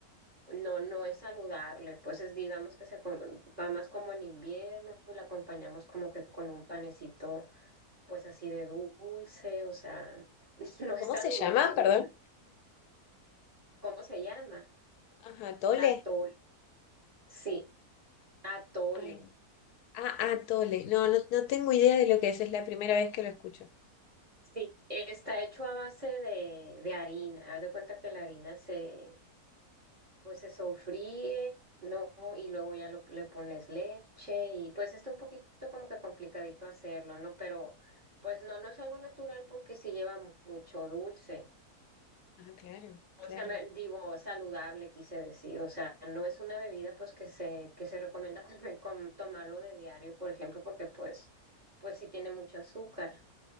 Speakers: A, on the right (about 30°); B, on the left (about 90°).
A: no, no es saludable, pues es, digamos que se co- va más como en invierno, la acompañamos como que con un panecito, pues así de dulce, o sea, <laughs> no es
B: ¿Cómo
A: saludable.
B: se llama? Perdón.
A: ¿Cómo se llama?
B: Ajá, tole.
A: Atole, sí, atole.
B: Ay, Ah, atole. No, no, no tengo idea de lo que es. Es la primera vez que lo escucho.
A: Sí, está hecho a base de, de harina. Haz de cuenta que la harina se, pues se sofríe, ¿no? Y luego ya lo- le pones leche y pues está un poquito como que complicadito hacerlo, ¿no? Pero pues no, no es algo natural porque sí lleva mucho dulce.
B: Ah, claro,
A: O
B: claro,
A: sea, me- digo, saludable quise decir, o sea, no es una bebida pues que se, que se recomienda <laughs> comer- com- tomarlo de diario, por ejemplo, porque pues, pues sí tiene mucho azúcar.